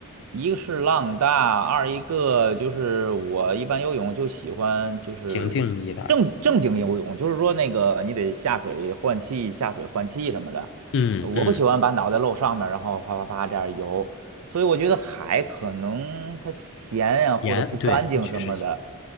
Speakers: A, on the right; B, on the left.
A: 一个是浪大，二一个就是我一般游泳就喜欢就是正正经游泳，
B: 平静力大。
A: 就是说那个你得下水换气，下水换气什么的。
B: 嗯嗯，
A: 我不喜欢把脑袋露上面，然后啪啪啪这样游。所以我觉得海可能它咸呀、或者不干净什么的，
B: 盐，对，确实咸，